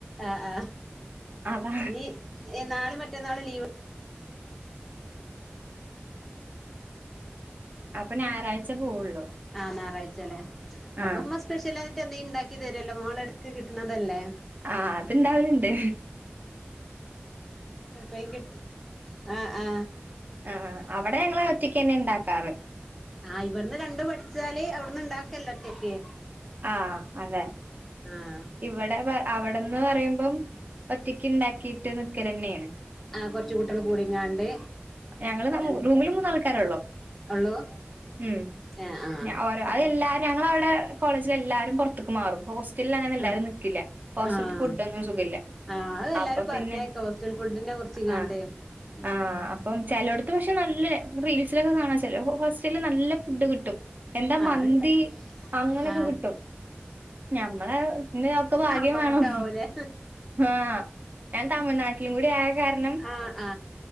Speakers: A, in the centre; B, on the right.
A: ആ ആ
B: അപ്പൊ
A: നീ നാള മറ്റന്നാളും ലീവ്
B: അപ്പൊ ഞായറാഴ്ച പോവുള്ളു
A: ആ ഞായറാഴ്ചലെ അപ്പോ
B: ആ
A: മ്മ സ്പെഷ്യൽ മറ്റെന്ത ണ്ടാക്കി തരുല്ലോ മോള എടക്ക് കിട്ടണതല്ലേ
B: ആ അത്ണ്ടാവലണ്ട്
A: ഭയങ്കട്ട് ആ ആ
B: ആ അവിടെ ഞങ്ങള് ഒറ്റയ്ക്ക് ന്നെ ഇണ്ടാക്കാറ്
A: ആഹ ഇവിടുന്ന് കണ്ടു പഠിച്ചാല് അവിടുന്ന് ണ്ടാക്കല്ലോ ഒറ്റക്ക്
B: ആ അതെ
A: ആഹ്
B: ഇവിടെ അവടെന്ന് പറയുമ്പം ഒറ്റയ്ക്ക് ഉണ്ടാക്കിട്ട് നിക്കൽ ന്നണ്
A: ആ കൊർച്ച കുട്ടികള് കൂടിങ്ങാണ്ട്
B: ഞങ്ങള്
A: എനക്ക്
B: റൂമിൽ മൂന് ആൾക്കാരള്ളു
A: ഉള്ളൂ
B: മം
A: ആഹ് ആഹ്
B: ഓരോ
A: അപ്പൊ
B: അതെല്ലാരും ഞങ്ങളവടെ കോളേജിൽ എല്ലാരും പുറത്തേക്ക് മാറും ഹോസ്റ്റലിൽ അങ്ങനെ എല്ലാരും
A: ആഹ്
B: നിക്കില്ല ഹോസ്റ്റല
A: ആഹ്
B: ഫുഡ്ന്നും സുഖല്ല
A: ആഹ് അത് എല്ലാരും
B: അപ്പൊ
A: പറഞ്ഞേക്ക
B: പിന്നെ
A: ഹോസ്റ്റൽ ഫുഡിനെ കുറിച്ചിങ്ങാണ്ട്
B: ആ ആ
A: ഉം
B: അപ്പം ചിലോഡ് പക്ഷെ നല്ല റീൽസിലക്കെ കാണാ നല്ല ഫുഡ് കിട്ടും എന്താ
A: ആഹ്
B: മന്തി
A: അത്ണ്ട്
B: അങ്ങനെയൊക്കെ
A: ആഹ്
B: കിട്ടും ഞമ്മളെ ഒക്കെ ഭാഗ്യം
A: ആക്ക
B: വേണം.
A: മുട്ട ആവൂലേ
B: ആ ഞാൻ തമിഴ്നാട്ടിലും കൂടി ആയ കാരണം
A: ആ ആ